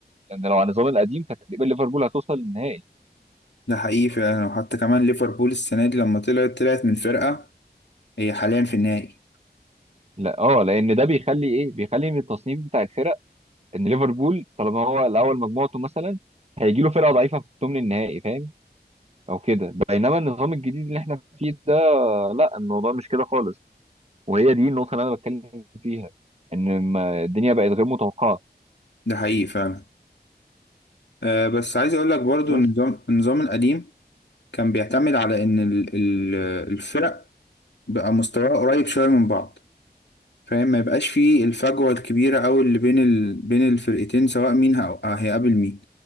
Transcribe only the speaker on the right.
ان لو على النظام القديم كانت تقريبا ليفربول هتوصل للنهائي
لا اه لان ده بيخلي ايه بيخلي من التصنيف بتاع الفرق ان ليفربول طالما هو الاول مجموعته مثلا هيجي له فرقه ضعيفه في ثمن النهائي فاهم او كده بينما النظام الجديد اللي احنا فيه ده لا الموضوع مش كده خالص وهي دي النقطه اللي انا بتكلم فيها ان ما- الدنيا بقت غير متوقعه
بس